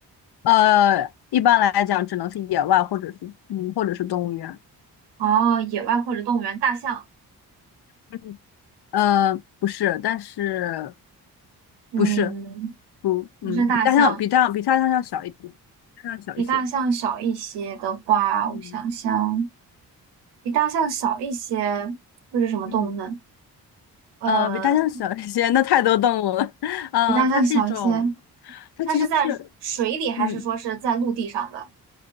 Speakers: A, on the left; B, on the right.
A: 呃，一般来讲只能是野外或者是嗯或者是动物园，
B: 哦，野外或者动物园，大象。
A: 嗯，呃，不是，但是
B: 嗯，
A: 不是不，嗯，
B: 不是大象。
A: 比大象比大象比大象要小一点，大象小一些，
B: 比大象小一些的话，
A: 嗯
B: 我想想，比大象小一些会是什么动物呢？
A: 嗯，
B: 呃，
A: 呃，比大象小一些，那太多动物了，<laughs> 呃，
B: 比大象小一些，
A: 它是一种，它其实是，
B: 它是在水里还是说是在陆地上的？
A: 嗯，